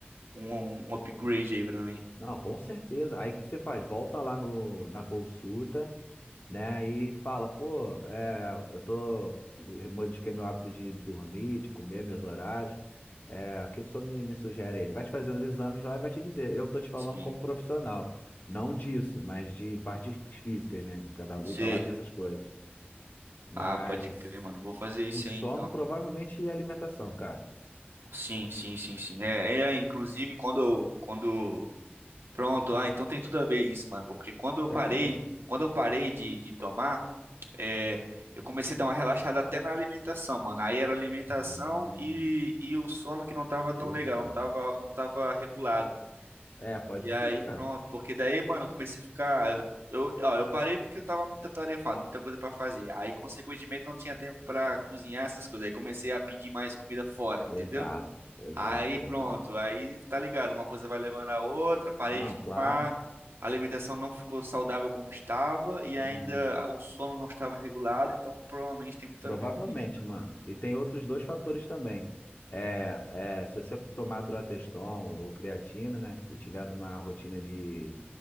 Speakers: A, on the right; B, on the left.
A: um, um upgrade aí pra mim.
B: Não, com certeza. Aí o que você faz? Volta lá no, na consulta, né? E fala, pô, é, eu tô. Modifiquei meu hábito de dormir, de comer, meus horários. É, o que que o senhor me, me sugere aí? Ele vai te fazer uns exames lá e vai te dizer. Eu tô te falando
A: Sim.
B: como profissional, não disso, mas de partes físicas, né? Cada luta
A: Sim.
B: lá tem essas coisas. Mas
A: Ah, pode crer, mano. Vou fazer isso
B: o sono
A: aí então.
B: provavelmente e a alimentação, cara.
A: Sim, sim, sim, sim. É, é, inclusive quando eu, quando pronto, ah, então tem tudo a ver isso, mano, porque quando eu
B: Tem,
A: parei,
B: pô.
A: quando eu parei de, de tomar, é, eu comecei a dar uma relaxada até na alimentação, mano. Aí era alimentação
B: Hum,
A: e, e o sono que não tava tão
B: e o
A: legal,
B: sono.
A: não tava, não tava regulado.
B: É, pode
A: E aí
B: ser,
A: pronto,
B: cara.
A: porque daí, mano, eu comecei a ficar, eu, eu- ó, eu parei porque eu tava muito atarefado, muita coisa pra fazer. Aí, consequentemente, não tinha tempo pra cozinhar essas coisas. Aí comecei a pedir mais comida fora, entendeu?
B: Exato, exato,
A: Aí pronto,
B: exato.
A: aí tá ligado, uma coisa vai levando a outra, parei
B: Não,
A: de tomar,
B: claro.
A: a alimentação não ficou saudável como estava e ainda
B: Hum,
A: o sono não estava regulado, então provavelmente tem muito
B: provavelmente,
A: a ver com isso.
B: mano. E tem outros dois fatores também. É, é, se você tomar Droteston ou creatina, né? E tiver numa rotina de,